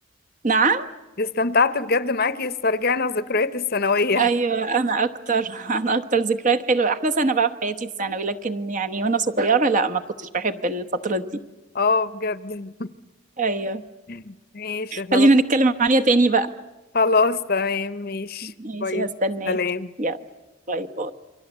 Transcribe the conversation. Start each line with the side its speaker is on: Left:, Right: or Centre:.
Right: نعم
Left: استمتعت بجد معاكي استرجعنا ذكريات الثانوية
Right: ايوه انا اكتر <laughs> انا اكتر ذكريات حلوه احلى سنه بقى في حياتي الثانوي لكن يعني وانا صغيره لا ما كنتش بحب الفتره دي
Left: اه بجد
Right: ايوه
Left: <laughs> ماشي خلاص
Right: خلينا نتكلم عليها تاني بقى
Left: خلاص تمام ماشي
Right: ماشي
Left: باي
Right: هستناك
Left: سلام
Right: يلا باي باي